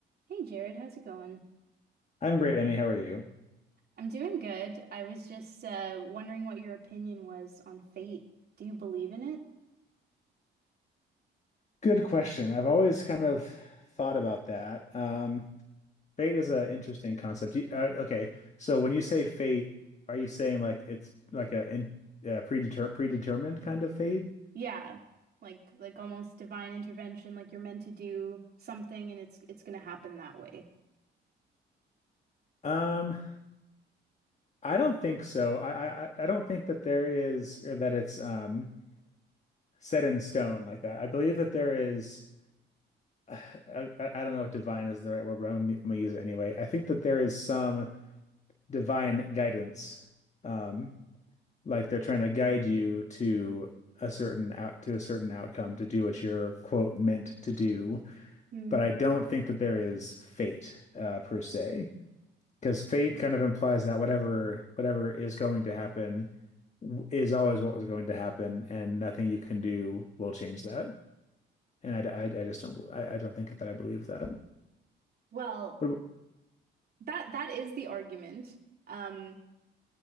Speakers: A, on the right; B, on the left.
A: Hey Jared, how's it going?
B: I'm great, Emmy. How are you?
A: I'm doing good. I was just uh, wondering what your opinion was on fate. Do you believe in it?
B: Good question. I've always kind of thought about that. Um, fate is an interesting concept. You, uh, okay, so when you say fate, are you saying like it's like a in, uh, predeter predetermined kind of fate?
A: Yeah, like like almost divine intervention, like you're meant to do something and it's it's gonna happen that way.
B: Um, I don't think so. I, I I don't think that there is or that it's um set in stone like that. I believe that there is. <sighs> I, I don't know if divine is the right word, but I'm, I'm gonna use it anyway. I think that there is some divine guidance, um, like they're trying to guide you to a certain out to a certain outcome to do what you're quote meant to do.
A: Hmm.
B: But I don't think that there is fate uh, per se, because fate kind of implies that whatever whatever is going to happen w- is always what was going to happen, and nothing you can do will change that. And I, I, I just don't I, I don't think that I believe that.
A: Well,
B: What,
A: that that is the argument. Um,